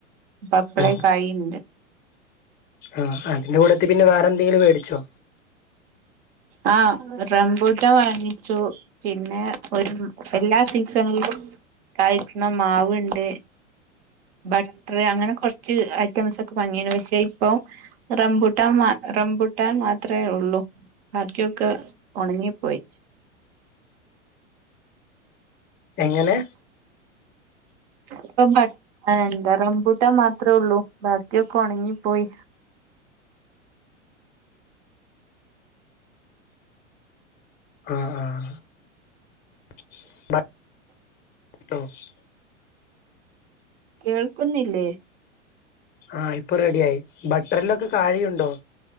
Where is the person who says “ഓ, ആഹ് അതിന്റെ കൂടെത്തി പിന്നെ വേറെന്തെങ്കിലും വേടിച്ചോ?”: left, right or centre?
Left